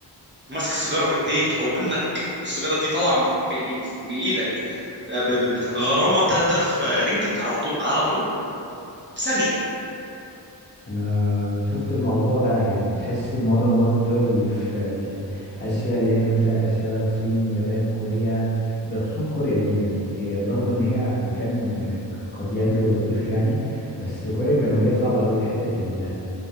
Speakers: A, on the right (about 25°); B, on the left (about 25°).
A: ماسك السيجارة في إيديك أو إنك السيجارة دي طالعة في... في... بإيدك آه، ب- ب- بت- غرامه 3000 رينجت على طول على طول ثانيه
B: انا شفت الموضوع ده يعني بتحس معظم برضو الدول اللي في اسيا اللي هي جنوب شرق اسيا الصين يابان كوريا بخصوص كوريا دي يعني هي برغم ان هي مكان قد يبدو لطيف يعني بس كوريا الجنوبية صعبة قوي في حتة ال